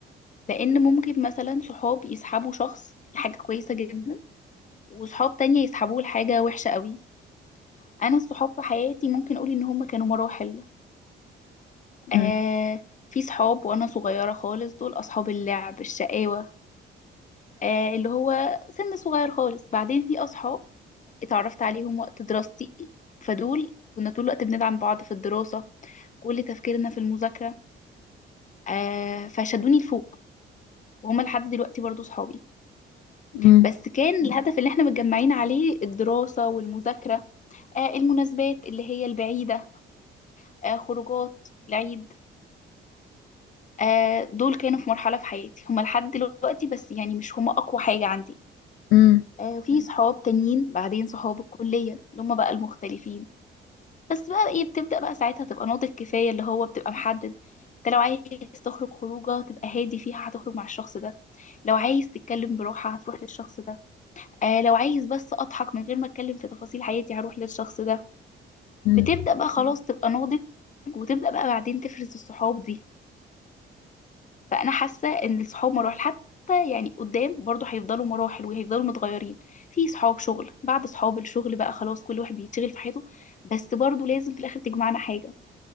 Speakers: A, on the left; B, on the left.
A: لأن ممكن مثلا صحاب يسحبوا شخص لحاجة كويسة جدا وصحاب تانية يسحبوه لحاجة وحشة قوي أنا الصحاب في حياتي ممكن أقول إن هم كانوا مراحل آه
B: مم.
A: في صحاب وأنا صغيرة خالص دول أصحاب اللعب الشقاوة آه اللي هو سن صغير خالص بعدين في أصحاب اتعرفت عليهم وقت دراستي فدول كنا طول الوقت بندعم بعض في الدراسة كل تفكيرنا في المذاكرة آه فشدوني لفوق وهما لحد دلوقتي برضو صحابي
B: مم.
A: بس كان الهدف اللي احنا متجمعين عليه الدراسة والمذاكرة آه المناسبات اللي هي البعيدة آه خروجات العيد آه دول كانوا في مرحلة في حياتي هما لحد دلوقتي بس يعني مش هما أقوى حاجة عندي
B: مم.
A: آه في صحاب تانيين بعدين صحاب الكلية اللي هما بقى المختلفين بس بقى ايه بتبدأ بقى ساعتها تبقى ناضج كفاية اللي هو بتبقى محدد انت لو عايز تخرج خروجه تبقى هادي فيها هتخرج مع الشخص ده لو عايز تتكلم براحة هتروح للشخص ده آه لو عايز بس اضحك من غير ما اتكلم في تفاصيل حياتي هروح للشخص ده
B: مم.
A: بتبدأ بقى خلاص تبقى ناضج وتبدأ بقى بعدين تفرز الصحاب دي فانا حاسة ان الصحاب مراحل حتى يعني قدام برضه هيفضلوا مراحل وهيفضلوا متغيرين في صحاب شغل بعد صحاب الشغل بقى خلاص كل واحد بيتشغل في حياته بس برضه لازم في الاخر تجمعنا حاجة